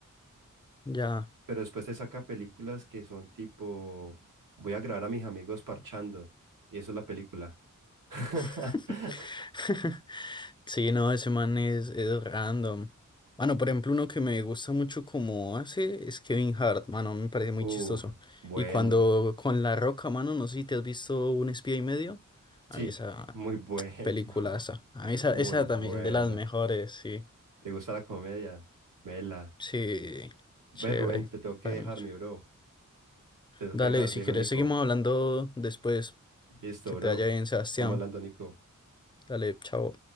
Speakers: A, on the left; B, on the right.
A: ya.
B: Pero después te saca películas que son tipo, voy a grabar a mis amigos parchando. Y eso es la película. <laughs>
A: <laughs> Sí, no, ese man es, es random. Bueno, por ejemplo, uno que me gusta mucho como hace es Kevin Hart, mano, me parece muy chistoso.
B: Uf, bueno.
A: Y cuando con La Roca, mano, no sé si te has visto Un espía y medio.
B: Sí,
A: A mí esa
B: muy bueno.
A: peliculaza.
B: <laughs>
A: A mí esa,
B: Muy
A: esa
B: bueno.
A: también de las mejores, sí.
B: ¿Te gusta la comedia? Vela.
A: Sí,
B: Ve,
A: chévere,
B: Rubén, te tengo que
A: fue
B: dejar,
A: mucho.
B: mi bro. Te tengo
A: Dale,
B: que dejar,
A: si
B: viejo
A: quieres,
B: Nico.
A: seguimos hablando después.
B: Listo,
A: Que
B: bro.
A: te vaya bien, Sebastián.
B: Estamos hablando, Nico.
A: Dale, chao.